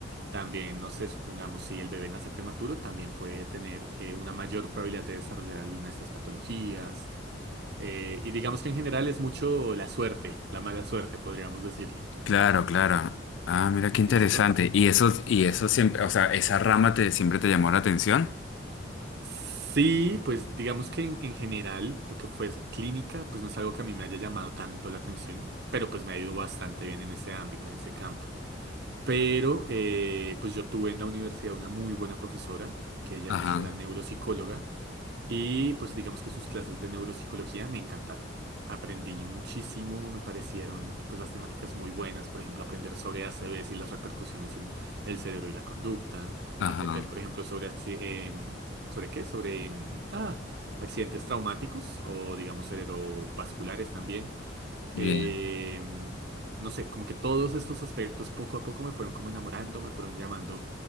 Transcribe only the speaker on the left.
Claro, claro. Ah, mira qué interesante.
Y eso, y eso siempre, o sea, esa rama te siempre te llamó la atención.
Ajá,
ajá,
bien,